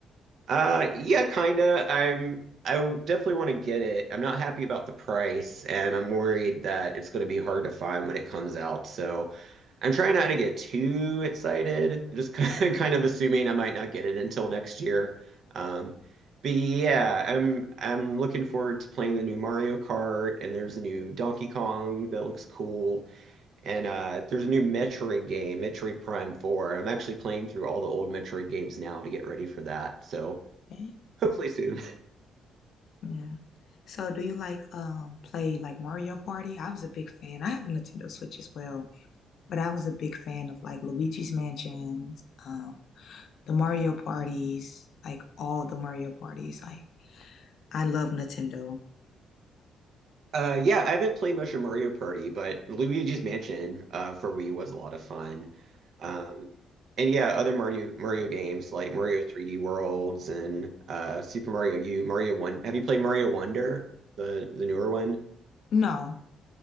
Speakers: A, on the right; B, on the left.
A: Uh, yeah, kinda. I'm I w- definitely want to get it. I'm not happy about the price, and I'm worried that it's going to be hard to find when it comes out. So I'm trying not to get too excited. Just <laughs> kind kind of assuming I might not get it until next year. Um, but yeah, I'm I'm looking forward to playing the new Mario Kart, and there's a new Donkey Kong that looks cool, and uh, there's a new Metroid game, Metroid Prime 4. I'm actually playing through all the old Metroid games now to get ready for that. So.
B: Okay.
A: Hopefully soon.
B: Yeah. So do you like um play like Mario Party? I was a big fan. I have a Nintendo Switch as well, but I was a big fan of like Luigi's Mansion, um the Mario parties, like all the Mario parties. Like I love Nintendo.
A: Uh, yeah, I haven't played much of Mario Party, but Luigi's Mansion uh, for Wii was a lot of fun. Um, and yeah, other Mario Mario games like Mario 3D Worlds and uh, Super Mario U, Mario One. Have you played Mario Wonder, the the newer one?
B: No,